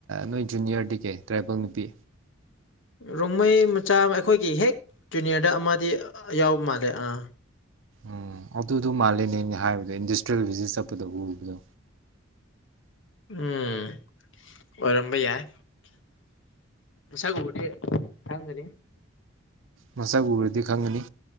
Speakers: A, on the right (about 70°); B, on the left (about 65°).
A: ꯅꯣꯏ ꯖꯨꯅꯤꯌꯔꯗꯒꯤ ꯇ꯭ꯔꯥꯏꯕꯦꯜ ꯅꯨꯄꯤ
B: ꯔꯣꯡꯃꯩ ꯃꯆꯥ ꯑꯩꯈꯣꯏꯒꯤ ꯍꯦꯛ ꯖꯨꯅꯤꯌꯔꯗ ꯑꯃꯗꯤ ꯌꯥꯎꯕ ꯃꯥꯜꯂꯦ ꯑꯥ
A: ꯎꯝ ꯑꯗꯨꯗꯨ ꯃꯥꯜꯂꯦꯅꯦ ꯑꯩꯅ ꯍꯥꯏꯕꯗꯣ ꯏꯟꯗꯁꯇ꯭ꯔꯤꯌꯦꯜ ꯚꯤꯖꯤꯠ ꯆꯠꯄꯗ ꯎꯕꯗꯣ
B: ꯎꯝ ꯑꯣꯏꯔꯝꯕ ꯌꯥꯏ ꯃꯁꯛ ꯎꯔꯗꯤ ꯈꯪꯒꯅꯤ
A: ꯃꯁꯛ ꯎꯔꯗꯤ ꯈꯪꯒꯅꯤ